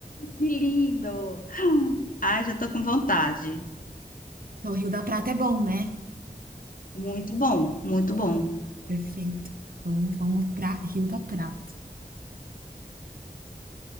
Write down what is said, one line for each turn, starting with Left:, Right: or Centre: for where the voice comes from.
Left: Que lindo! Ai, já tô com vontade.
Right: Então, o Rio da Prata é bom, né?
Left: Muito bom, muito bom.
Right: Perfeito. Então, vamos para Rio da Prata.